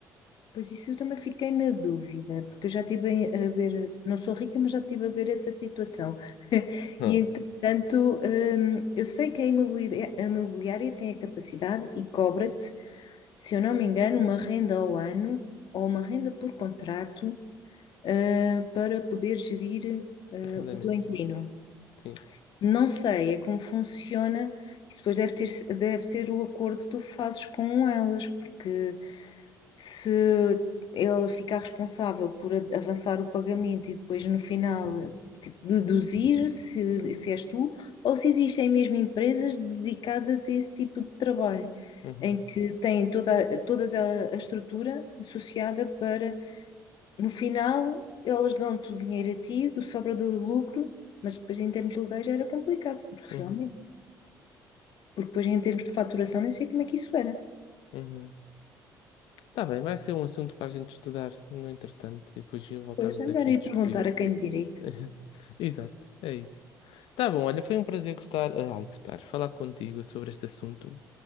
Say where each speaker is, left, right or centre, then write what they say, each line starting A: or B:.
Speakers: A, on the left; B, on the left.
A: Pois isso eu também fiquei na dúvida, porque eu já estive a a ver, não sou rica, mas já estive a ver essa situação. <laughs>
B: Hã.
A: E entretanto, hum, eu sei que a imobiliária, a imobiliária tem a capacidade e cobra-te, se eu não me engano, uma renda ao ano ou uma renda por contrato, ah, para poder gerir, ah,
B: Arrendamento.
A: o teu inquilino.
B: Sim.
A: Não sei, é como funciona. Isso depois deve ter, deve ser o acordo que tu fazes com elas, porque se ela ficar responsável por a- avançar o pagamento e depois no final tipo, deduzir se, se és tu, ou se existem mesmo empresas dedicadas a esse tipo de trabalho,
B: Uhum,
A: em que têm toda, a- todas a, a estrutura associada para no final, elas dão-te o dinheiro a ti, do sobra do lucro, mas depois em termos legais era complicado, porque
B: uhum,
A: realmente, porque depois em termos de faturação nem sei como é que isso era.
B: uhum. Tá bem, vai ser um assunto para a gente estudar no entretanto e depois voltarmos
A: Pois é melhor
B: aqui a discutir.
A: ir perguntar a quem de direito.
B: <laughs> Exato, é isso. Tá bom, olha, foi um prazer gostar, ah, ai, gostar, falar contigo sobre este assunto.